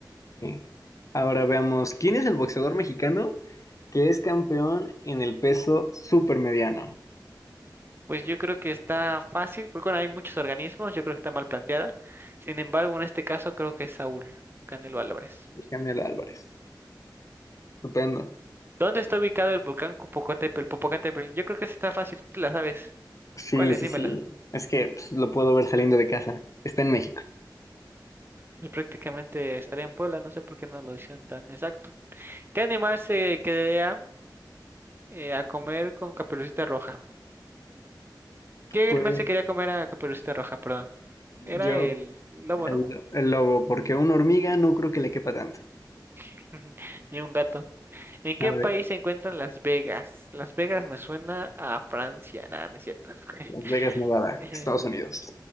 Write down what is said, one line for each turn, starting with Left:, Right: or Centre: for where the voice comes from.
Left: Bien. Ahora veamos, ¿quién es el boxeador mexicano que es campeón en el peso supermediano?
Right: Pues yo creo que está fácil, porque bueno, hay muchos organismos, yo creo que está mal planteada. Sin embargo, en este caso creo que es Saúl, Canelo Álvarez.
Left: Daniel Álvarez. Estupendo.
Right: ¿Dónde está ubicado el volcán Popocatépetl? Popocatépetl. Yo creo que esa está fácil, tú la sabes.
Left: Sí,
Right: ¿Cuál es?
Left: sí,
Right: Dímela.
Left: sí. Es que pues, lo puedo ver saliendo de casa. Está en México.
Right: Pues prácticamente estaría en Puebla, no sé por qué no lo hicieron tan exacto. ¿Qué animal se quedaría? eh, a comer con Caperucita Roja. ¿Qué
Left: Pues
Right: animal se quería comer a Caperucita Roja? Perdón.
Left: yo,
Right: Era el lobo,
Left: el,
Right: ¿no?
Left: el lobo, porque una hormiga no creo que le quepa tanto.
Right: <laughs> Ni un gato. ¿En qué
Left: A ver,
Right: país se encuentran Las Vegas? Las Vegas me suena a Francia. Nada, no es cierto. <laughs>
Left: Las Vegas, Nevada,
Right: Eh,
Left: Estados Unidos.